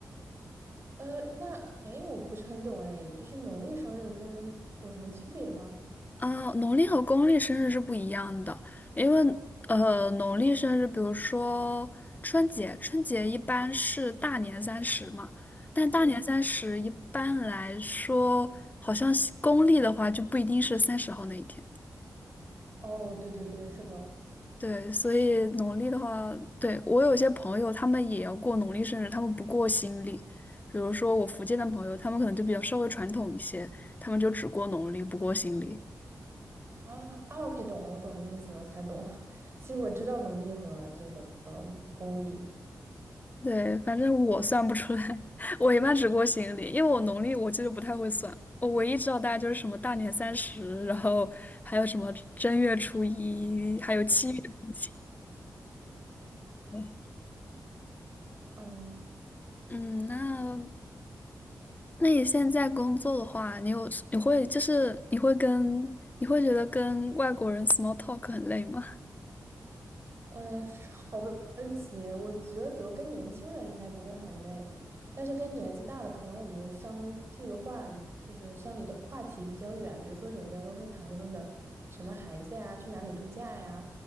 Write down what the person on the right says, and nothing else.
呃，那诶，我不是很懂诶，就是农历生日跟有什么区别吗？
嗯，
哦，对对对，是的
啊啊，OK，懂了，我懂那个意思了，才懂。<laughs> 其实我知道农历和这个呃公历，
嗯。
嗯，好问问题，我觉得跟年轻人应该不会很累，但是跟年纪大的，可能我们相聚的话，就是相离的话题比较远，比如说人家都是谈论的什么孩子呀，去哪里度假呀，